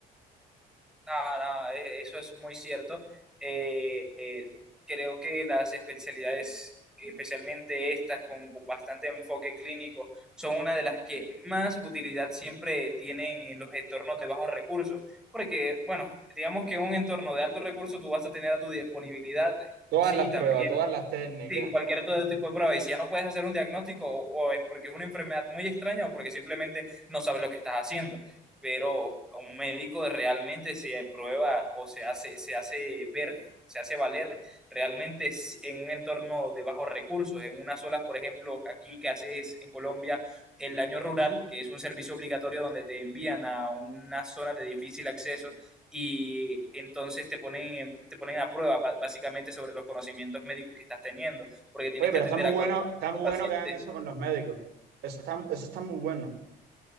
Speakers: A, in the centre; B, on the right.
A: Nada, nada, e- eso es muy cierto. Eh, eh, creo que las especialidades, especialmente estas con, con bastante enfoque clínico, son una de las que más utilidad siempre tienen en los entornos de bajos recursos. Porque, bueno, digamos que en un entorno de alto recurso tú vas a tener a tu disponibilidad,
B: todas
A: sí,
B: las
A: también
B: pruebas, todas las técnicas.
A: Sí, cualquier todo tipo de prueba. Y si ya no puedes hacer un diagnóstico, o, o es porque es una enfermedad muy extraña, o porque simplemente no sabes lo que estás haciendo. Pero a un médico realmente se prueba o se hace, se hace ver, se hace valer realmente si- en un entorno de bajos recursos, en unas zonas, por ejemplo, aquí que haces en Colombia el daño rural, que es un servicio obligatorio donde te envían a una zona de difícil acceso y entonces te ponen, te ponen a prueba básicamente sobre los conocimientos médicos que estás teniendo, porque tienes
B: Oye,
A: que
B: pero
A: atender
B: está muy
A: a
B: bueno,
A: cualquier tipo
B: está muy
A: de paciente.
B: bueno que hagan eso con los médicos. Eso está, eso está muy bueno.